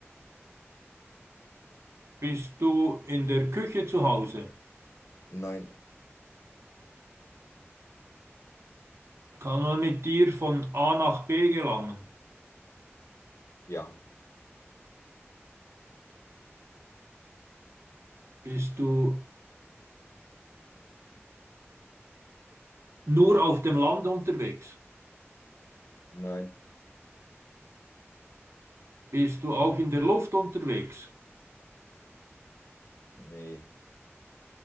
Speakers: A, on the right; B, on the left.
A: Bist du in der Küche zu Hause?
B: nein,
A: Kann man mit dir von A nach B gelangen?
B: ja,
A: Bist du nur auf dem Land unterwegs?
B: nein,
A: Bist du auch in der Luft unterwegs?
B: nee,